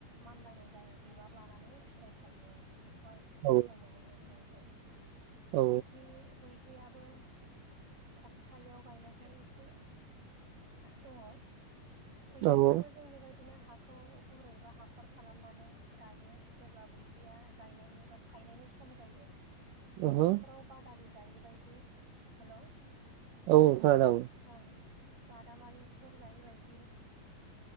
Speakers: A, on the right; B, on the right.
A: मानबायनाय जायो बिबार लानानै फिथाइ थायो बेखौ आं एसे
B: औ
A: फोरमायनो हायो नोंथां।
B: औ
A: बैग्रि बै ग्रियाबो खाथि खालायाव गायनायखाय एसे दङ। बैग्रिखौबो
B: औ
A: जों बेबायदिनो हा खौ गुरै बा हाखर खालामनानै गायो। जेब्ला बैग्रिया गायनायनि बा थायनायनि सम जायो
B: ओहो
A: बैफोराव बादालि जायि बायदि हेल'!
B: औ खोनादां।
A: ओं बादामालिफोर जायै बायदि